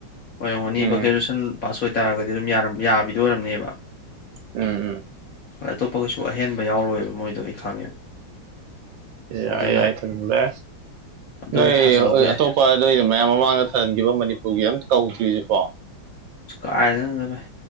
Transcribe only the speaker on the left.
ꯑꯣꯏꯔꯝꯒꯅꯤꯕ
ꯒ꯭ꯔꯦꯖꯨꯑꯦꯁꯟ ꯄꯥꯁ ꯑꯣꯏꯇꯥꯔꯒꯗꯤ ꯑꯗꯨꯝ ꯌꯥꯕꯤꯗ ꯑꯣꯏꯔꯝꯅꯦꯕ
ꯑꯇꯣꯞꯄ ꯒꯩꯁꯨ ꯑꯍꯦꯟꯕ ꯌꯥꯎꯔꯣꯏꯕ ꯃꯣꯏꯗꯣ ꯑꯩ ꯈꯪꯉꯦꯕ
ꯑꯗꯨꯅ
ꯑꯗꯨꯝ
ꯊꯥꯖꯤꯜꯍꯧꯕ ꯌꯥꯏ
ꯀꯥꯏꯗꯩꯅꯣꯗ ꯚꯥꯢ